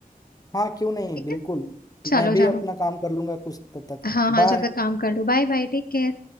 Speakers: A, on the left; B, on the left.
A: हाँ क्यों नहीं
B: ठीक
A: बिल्कुल
B: है चलो
A: मैं भी
B: चलो
A: अपना काम कर लूंगा कुछ तब तक
B: हाँ हाँ
A: बाय
B: जब तक काम कर लो बाय बाय टेक केयर